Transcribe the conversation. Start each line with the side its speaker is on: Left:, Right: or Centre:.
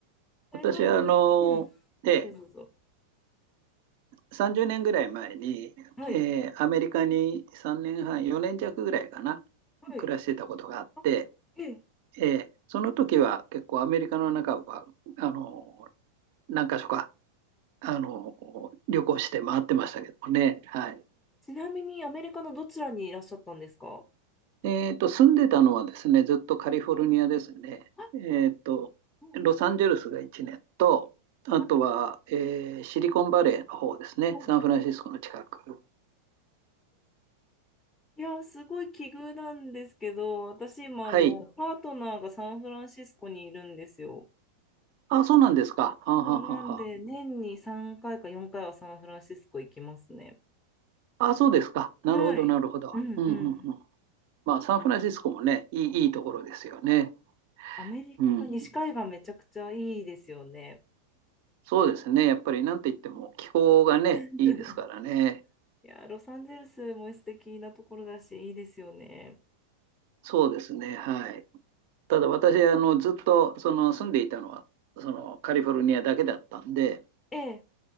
Left: 台湾料理、
Right: 私はあの、
Left: うん。
Right: ええ、
Left: どうぞどうぞ。
Right: 30年ぐらい前に、
Left: はい。
Right: えーアメリカに3年半、4年弱ぐらいかな、
Left: はい。
Right: 暮らしてたことがあって、
Left: あ、ええ、
Right: ええその時は結構アメリカの中は、あの、何か所か、あの、旅行して回ってましたけどもね。はい。
Left: ちなみにアメリカのどちらにいらっしゃったんですか
Right: えっと、住んでたのはですね、ずっとカリフォルニアですね。
Left: あ
Right: えっと、
Left: はい
Right: ロサンゼルスが1年と、あとは、
Left: はい
Right: えーシリコンバレーの方ですね、
Left: はい
Right: サンフランシスコの近く。
Left: いやー、すごい奇遇なんですけど、私今、
Right: はい。
Left: あの、パートナーがサンフランシスコにいるんですよ。
Right: あ、そうなんですか。はんはんはんはん
Left: もう、なんで、年に3回か4回はサンフランシスコ行きますね。
Right: あ、そうですか。なるほど、
Left: はい。
Right: なるほど。
Left: うんうん。
Right: うんうんうん。まあ、サンフランシスコもね、いい、いいところですよね。
Left: アメリカ、
Right: うん。
Left: 西海岸めちゃくちゃいいですよね。
Right: そうですね。やっぱり、なんて言っても気候がね、
Left: <laughs>
Right: いいですからね。
Left: いやー、ロサンゼルスも素敵なところだし、いいですよね。
Right: そうですね。はい。ただ私あのずっとその住んでいたのはそのカリフォルニアだけだったんで
Left: ええ、